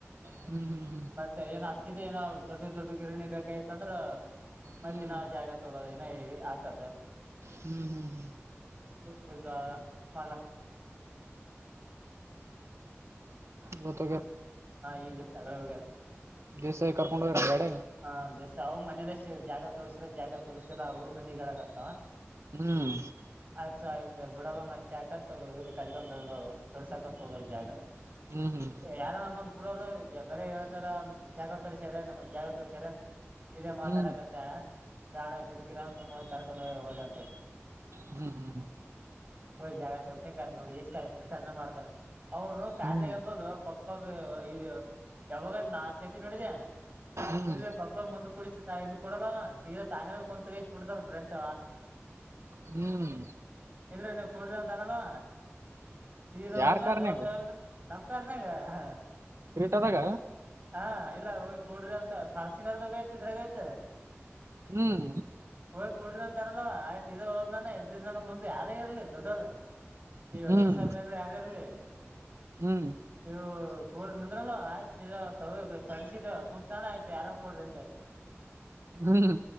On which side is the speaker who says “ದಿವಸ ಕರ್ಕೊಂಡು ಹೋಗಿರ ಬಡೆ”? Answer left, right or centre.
Right